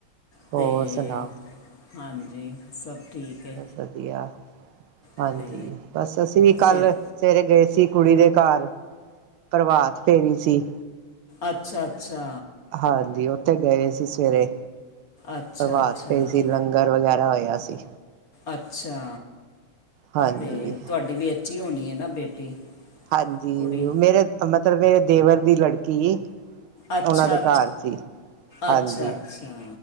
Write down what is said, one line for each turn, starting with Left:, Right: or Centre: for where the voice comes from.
Left: ਅਤੇ
Right: ਹੋਰ ਸੁਣਾ
Left: ਹਾਂਜੀ ਸਭ ਠੀਕ। ਹੈ
Right: ਬਸ ਵਧੀਆ, ਹਾਂਜੀ
Left: ਅਤੇ
Right: ਬਸ ਅਸੀਂ ਵੀ ਕੱਲ
Left: ਫਿਰ
Right: ਸਵੇਰੇ ਗਏ ਸੀ ਕੁੜੀ ਦੇ ਘਰ, ਪ੍ਰਭਾਤ ਫੇਰੀ ਸੀ।
Left: ਅੱਛਾ -ਅੱਛਾ
Right: ਹਾਂਜੀ ਉਥੇ ਗਏ ਸੀ ਸਵੇਰੇ,
Left: ਅੱਛਾ
Right: ਪ੍ਰਭਾਤ
Left: ਅੱਛਾ
Right: ਫੇਰੀ ਸੀ ਲੰਗਰ- ਗਰ ਵਗੈਰਾ ਹੋਇਆ ਸੀ।
Left: ਅੱਛਾ,
Right: ਹਾਂਜੀ
Left: ਤੇ ਤੁਹਾਡੀ ਵਿਚ ਹੋਣੀ ਹੈ ਨਾ ਬੇਟੀ?
Right: ਹਾਂਜੀ
Left: ਕੁੜੀ
Right: ਮੇਰੇ ਮਤਲਬ ਮੇਰੇ ਦੇਵਰ ਦੀ ਲੜਕੀ
Left: ਅੱਛਾ-ਅੱਛਾ,
Right: ਉਹਨਾਂ ਦੇ ਘਰ ਸੀ ਹਾਂਜੀ
Left: ਅੱਛਾ -ਅੱਛਾ।